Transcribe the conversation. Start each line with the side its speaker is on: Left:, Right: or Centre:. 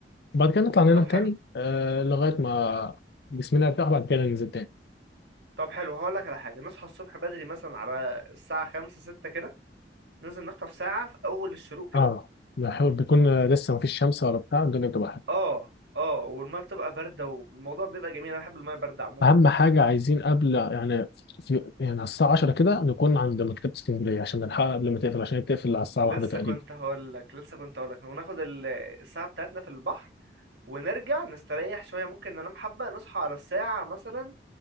Left: وبعد كده نطلع ننام
Right: طب حلو
Left: تاني آه لغايه ما جسمنا يرتاح وبعد كده ننزل تاني
Right: طب حلو هقول لك على حاجة نصحى الصبح بدري مثلا على الساعة خمسة ستة كده ننزل نخطف ساعة في أول الشروق كده
Left: اه بحب- بيكون لسه ما فيش شمس ولا بتاع الدنيا بتبقى حلوه
Right: اه اه والمية بتبقى باردة والموضوع بيبقى جميل أنا بحب المية باردة عموما
Left: اهم حاجه عايزين قبل يعني في... يعني على الساعه 10 كده نكون عند مكتبه اسكندريه عشان نلحقها قبل ما تقفل عشان هي بتقفل على الساعه
Right: لسه
Left: 1 تقريبا
Right: كنت هقول لك لسه كنت هقول لك وناخد ال- الساعة بتاعتنا في البحر ونرجع نستريح شوية ممكن ننام حبة نصحى على الساعة مثلا